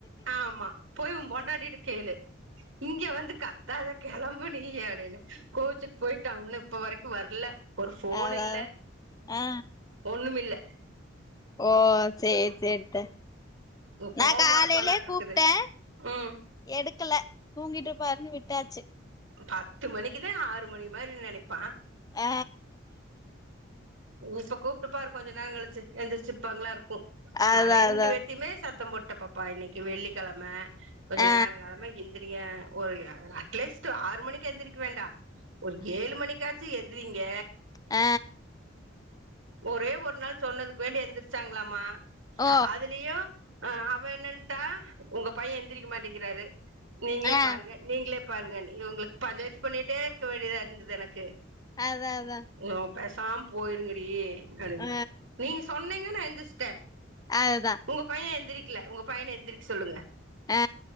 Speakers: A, on the right; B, on the left.
A: ஆமா போய் உ பொண்டாடிட்ட கேளு இங்க வந்து க தாத கெளம்பு நீ அப்டினு கோச்சுட் போய்ட்டா உன்னு இப்ப வரைக்கு வர்ல ஒரு ஃபோன்
B: அதா
A: இல்ல
B: ஆ
A: ஒண்ணுமில்ல
B: ஓ செரி செரி டு நா
A: கோவமா
B: காலைலே
A: இருப்பானாட்ருக்குது
B: கூப்ட்டே
A: ம்
B: எடுக்கல தூங்கிட்டுப்பாருன்னு விட்டாச்சு
A: பத்து மணிக்குதா ஆறு மணி மாரி நெனைப்பா
B: அ
A: இப்ப கூப்ட்டு பாரு கொஞ்ச நேர கழிச்சு எந்திரிச்சிருப்பாங்ளா இருக் கு
B: அதா
A: நா ரெண்டு
B: அதா
A: பேத்தியுமே சத்தம் போட்ட பாப்பா இன்னைக்கி வெள்ளிக்கெழம கொஞ்ச
B: ஆ
A: நேரோ கெழம எந்திரிங்க ஒரு அ அட்லீஸ்ட்டு ஆறு மணிக்கு எந்திரிக்க வேண்டா ஒரு ஏழு மணிக்காச்சு எந்திரீங்க
B: அ
A: ஒரே ஒரு நாள் சொன்னதுக் வேண்டி எந்திர்ச்சாங்ளாமா
B: ஓ
A: அதுலியு அ அவ என்னன்ட்டா உங்க பைய எந்திரிக்க மாட்டிங்கிறாரு நீங்ளே
B: ஆ
A: பாருங்க நீங்ளே பாருங்கனு இவுங்ளுக்க பஞ்சாயத்து பண்ணிட்டே இருக்க வேண்டியதா இருந்துது எனக்கு
B: அதா அதா
A: உ பேசாம் போயிருங்கடீ அப்டின்
B: ஆ
A: நீங்க சொன்னீங்க நா எந்தி த
B: அதுதா
A: உங்கோ பைய எந்திரிக்ல உங்க பையன எந்திரிக் சொல்லுங்க
B: அ